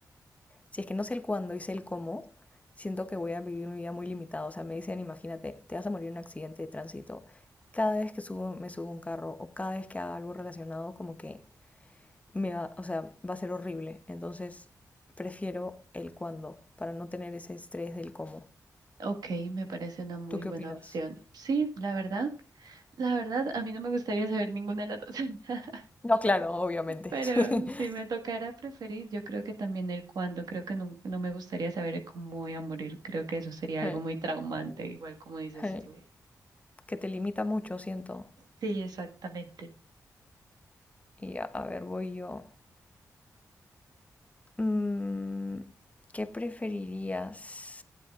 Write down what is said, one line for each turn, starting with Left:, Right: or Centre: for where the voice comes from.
Left: si es que no sé el cuándo y sé el cómo, siento que voy a vivir mi vida muy limitada. O sea, me dicen, imagínate, te vas a morir en un accidente de tránsito. Cada vez que subo, me subo a un carro o cada vez que haga algo relacionado, como que me va, o sea, va a ser horrible. Entonces, prefiero el cuándo para no tener ese estrés del cómo.
Right: ok, me parece una muy
Left: ¿Tú qué
Right: buena
Left: opinas?
Right: opción. Sí, la verdad, la verdad, a mí no me gustaría saber ninguna de las dos, <laughs>
Left: No, claro, obviamente.
Right: pero
Left: <laughs>
Right: si me tocara preferir, yo creo que también el cuándo, creo que no, no me gustaría saber cómo voy a morir, creo que eso sería
Left: Ay,
Right: algo muy traumante, igual como dices
Left: ay,
Right: tú.
Left: Que te limita mucho, siento.
Right: Sí, exactamente.
Left: Y a, a ver, voy yo. Mm, ¿qué preferirías?